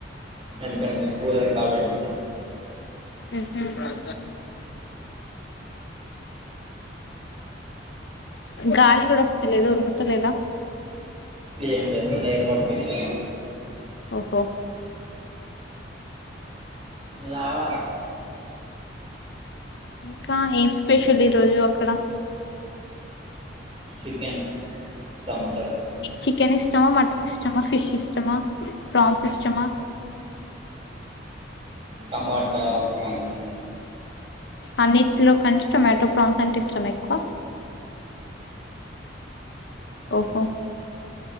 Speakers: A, on the right; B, on the left.
A: అందుకనే <unintelligible>
B: హ్మ్ హు గాలి కూడా వస్తా లేదు ఉరుముత లేదా
A: ఏం లేదు నేను ఏర్పాటు ఎయిర్ బర్డ్స్ తెచ్చుకున్న
B: ఓహో
A: లావర
B: ఇంకా ఏం స్పెషల్ ఈ రోజు అక్కడ
A: చికెన్ థంబ్స్ అప్
B: చికెన్ ఇష్టమా మటన్ ఇష్టమా ఫిష్ ఇష్టమా ప్రాన్స్ ఇష్టమా
A: టమాటా ఫ్రాన్స్
B: అన్నింటిలో కంటే టొమాటో ప్రాన్స్ అంటే ఇష్టం ఎక్కువ ఓహో